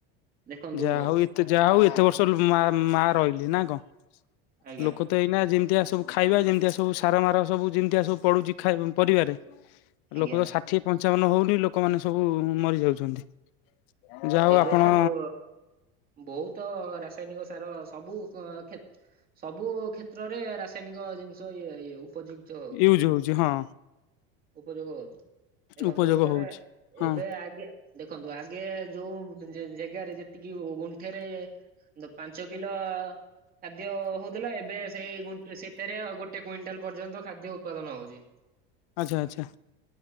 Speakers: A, on the right; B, on the left.
A: ଦେଖନ୍ତୁ
B: ଯାହା ହଉ ଏତେ ଯାହା ହଉ ଏତେ ବର୍ଷ ମା ମା ରହିଲି ନା କଣ
A: ଆଜ୍ଞା
B: ଲୋକ? ଏଇନା ଯେମିତିଆ ସବୁ ଖାଇବା ଯେମିତିଆ ସବୁ ସାର ମାର ସବୁ ଯେମିତିଆ ସବୁ ପଡୁଛି ପରିବାରେ
A: ଆଜ୍ଞା
B: ଲୋକ ତ ଷାଠିଏ ପଞ୍ଚାବନ ହଉନି ଲୋକମାନେ ସବୁ ମରିଯାଉଛନ୍ତି। ଯାହା ହଉ
A: ଏବେ
B: ଆପଣ।
A: ତ ବୋ ବହୁତ ରାସାୟନିକ ସାର ସବୁ କ୍ଷ ସବୁ କ୍ଷେତ୍ରରେ ରାସାୟନିକ ଜିନିଷ ଇଏ ଉପଯୁ୍କ ଉଚ୍ଚ ହଉଛି
B: ୟୁଜ ହଁ
A: ଉପଯୋଗ ହଉଛି। ଦେଖନ୍ତୁ
B: ଉପଯୋଗ
A: ଆଉ ଜଣେ
B: ହଉଛି। ହଁ
A: ଏବେ ଆଗେ ଦେଖନ୍ତୁ ଆଗେ ଯୋଉ ଜାଗାରେ ଯେତିକି ଗୁଣ୍ଠେରେ ପାଞ୍ଚ କିଲୋ। ଖାଦ୍ୟ ହଉଥିଲା ଏବେ ସେଇ ସେଥିରେଉ ଗୋଟେ କୁଇଣ୍ଟାଲ ପର୍ଯ୍ୟନ୍ତ ଖାଦ୍ୟ ଉତ୍ପାଦନ ହଉଛି।
B: ଆଚ୍ଛା ଆଚ୍ଛା।